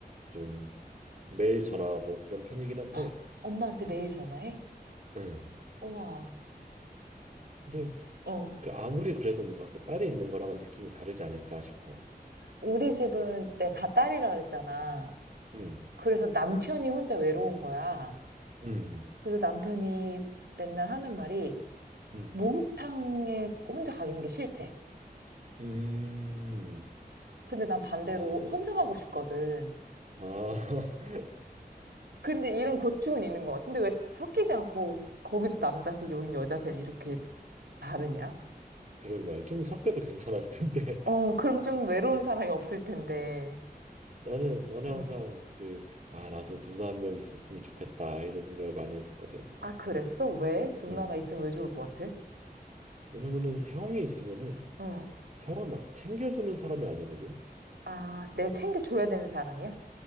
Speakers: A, on the right; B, on the right.
A: 좀 매일 전화하고 그런 편이긴 한데,
B: 헉, 엄마한테 매일 전화해?
A: 음.
B: 우와.
A: 근데
B: 어.
A: 그 아무리 그래도 뭔가 그 딸이 있는 거랑은 느낌이 다르지 않을까 싶어.
B: 우리 집은 때 다 딸이라 그랬잖아.
A: 음,
B: 그래서 남편이 혼자 외로운 거야.
A: 음,
B: 그래서 남편이 맨날 하는 말이
A: 음,
B: 목욕탕에 혼자 가는 게 싫대.
A: 음.
B: 근데 난 반대로
A: 아,
B: 혼자 가고 싶거든.
A: 아, <laughs>
B: 근데 이런 고충은 있는 것 같아. 근데 왜 섞이지 않고 거기도 남자세, 여긴 여자세 이렇게 다르냐?
A: 그러게 말이야. 좀 섞여도 괜찮았을 텐데.
B: 어, 그럼 좀 외로운
A: <laughs>
B: 사람이 없을 텐데.
A: 나는 나는
B: 응.
A: 항상 그 아 나도 누나 한 명 있었으면 좋겠다 이런 생각을 많이 했었거든.
B: 아, 그랬어? 왜? 누나가
A: 응.
B: 있으면 왜 좋을 것 같아?
A: 왜냐면은 형이 있으면은
B: 응.
A: 형은 막 챙겨주는 사람이 아니거든.
B: 아, 내가 챙겨줘야 되는 사람이야?